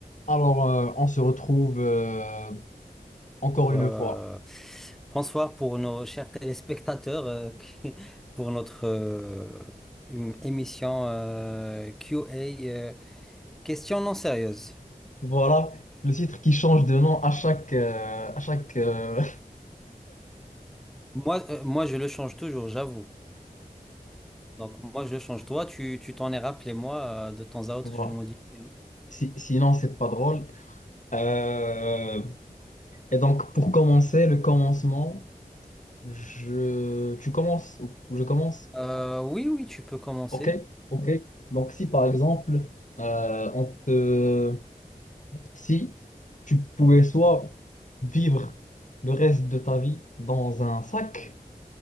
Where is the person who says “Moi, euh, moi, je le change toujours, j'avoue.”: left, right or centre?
Centre